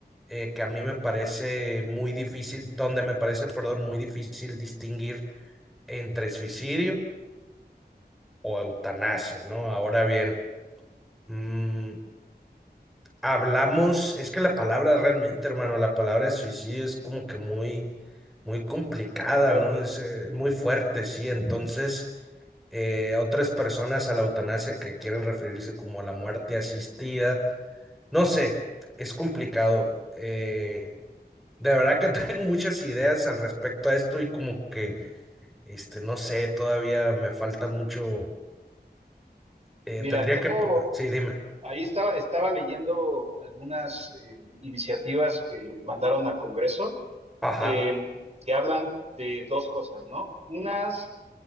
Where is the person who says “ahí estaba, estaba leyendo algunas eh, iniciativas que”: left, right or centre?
Right